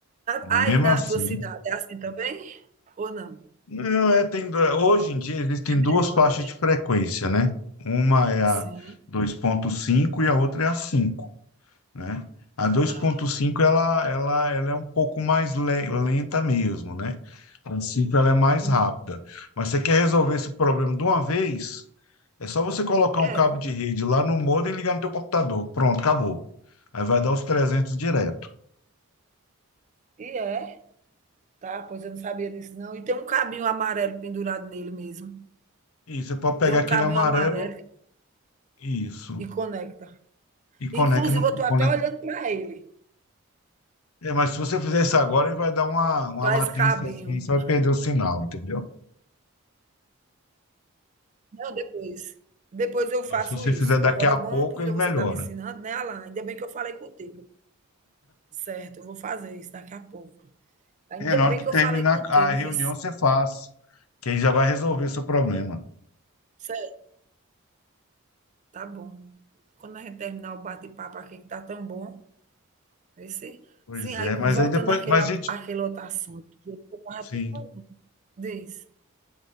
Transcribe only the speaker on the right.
Aí
na
tua cidade é assim também? Ou não?
É melhor
a internet?
Sim.
Ah,
Sim,
Quero.
E é? Tá, pois eu não sabia disso não. E tem um cabinho amarelo pendurado nele mesmo.
Tem um
cabinho
amarelo
e conecta.
Inclusive,
eu estou até
olhando para ele,
para
esse cabinho.
Não, depois. Depois eu faço
isso.
Agora
é bom
porque
você
está me ensinando, né, Alan? Ainda bem que eu falei contigo. Certo, eu vou fazer isso daqui a pouco. Ainda
bem
que eu
falei contigo,
viu?
Certo, tá bom. Quando a gente terminar o bate-papo aqui, que tá tão bom. Aí sim,
sim, aí
voltando
àquele,
a-
àquele outro assunto que eu estava
te falando, diz,